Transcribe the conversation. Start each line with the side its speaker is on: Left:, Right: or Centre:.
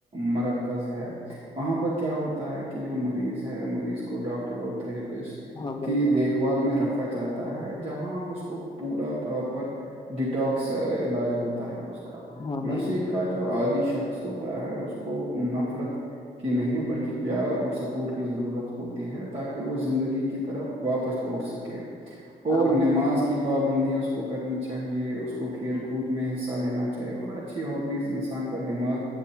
Right: مرکز ہے وہاں پر کیا ہوتا ہے کہ کہ جو مریض ہے مریض کو ڈاکٹر اور تھریاپسٹ
Left: ہاں بھائی
Right: کی
Left: جان
Right: دیکھ بھال میں رکھا جاتا ہے جہاں اس کو پورا پراپر ڈٹواکس علاج ہوتا ہے اس کا
Left: ہاں بھائی
Right: نشے
Left: جان
Right: کا جو جو آدی شخص ہوتا ہے اس کو نفرت کی نہیں بلکہ پیار اور سپورٹ کی ضرورت ہوتی ہے تاکہ وہ زندگی کی طرف واپس لوٹ سکے اور
Left: ہاں بھائی
Right: نماز
Left: جان
Right: کے کی پابندی اس کو کرنی چاہیے اس کو کھیل کود میں حصہ لینا چاہیے اور اچھا اچھی ہابیز انسان کا دماغ